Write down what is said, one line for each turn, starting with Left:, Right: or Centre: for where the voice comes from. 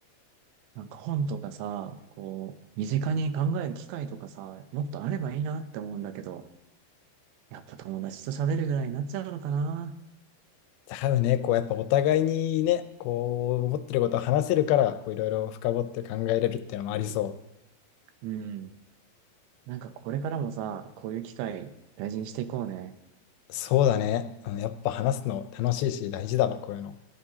Right: なんか本とかさ、こう、身近に考える機会とかさ、もっとあればいいなって思うんだけど、やっぱ友達と喋るぐらいになっちゃうのかな。
Left: だよね、こうやっぱお互いにね、こう思ってることを話せるから、こういろいろ深掘って考えれるっていうのもありそう。
Right: うん。なんかこれからもさ、こういう機会大事にしていこうね。
Left: そうだね。うんやっぱ話すの楽しいし大事だわ、こういうの。